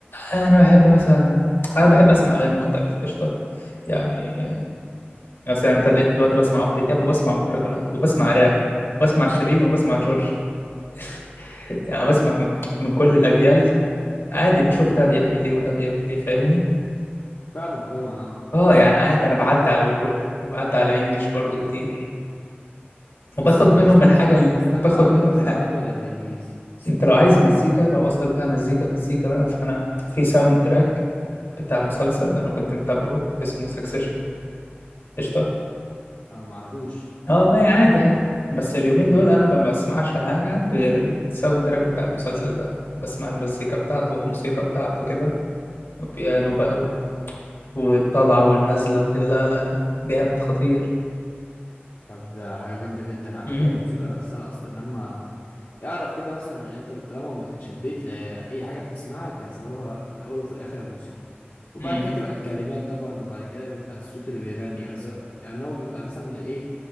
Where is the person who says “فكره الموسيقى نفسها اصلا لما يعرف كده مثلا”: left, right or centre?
Left